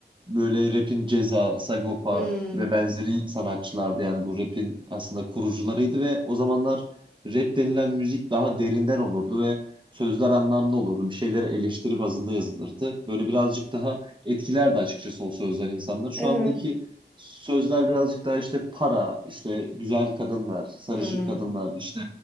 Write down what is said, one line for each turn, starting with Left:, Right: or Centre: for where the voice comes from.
Right: böyle rapin Ceza, Sagopa
Centre: Hmm.
Right: ve benzeri sanatçılardı yani bu rapin aslında kurucularıydı ve o zamanlar rap denilen müzik daha derinden olurdu ve sözler anlamlı olurdu. Bir şeyleri eleştiri bazında yazılırdı. Böyle birazcık daha etkilerdi açıkçası o sözler insanları. Şu
Centre: Evet.
Right: andaki sözler birazcık daha işte para, işte güzel kadınlar, sarışın
Centre: Hmm.
Right: kadınlar, işte